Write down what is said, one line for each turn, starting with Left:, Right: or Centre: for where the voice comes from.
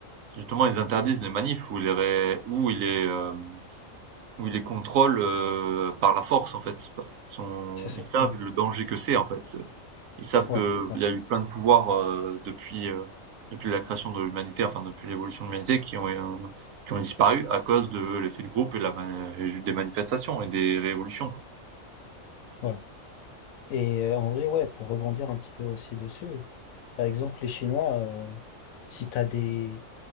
Right: justement, ils interdisent les manifs ou les ré où ils les, hem, ou ils les contrôlent, heu, par la force, en fait. Parce qu'ils sont
Left: C'est ça?
Right: ils savent
Left: Ouais.
Right: le danger que c'est, en fait. Ils savent
Left: Ouais,
Right: que
Left: ouais,
Right: il y a eu plein de pouvoirs, heu, depuis, heu, depuis la création de l'humanité, enfin depuis l'évolution de l'humanité qui ont, heu, qui ont disparu à cause de l'effet de groupe et la ma et des manifestations et des révolutions, quoi.
Left: ouais. Et euh, en vrai, ouais, pour rebondir un petit peu aussi dessus, par exemple, les Chinois, euh, si t'as des,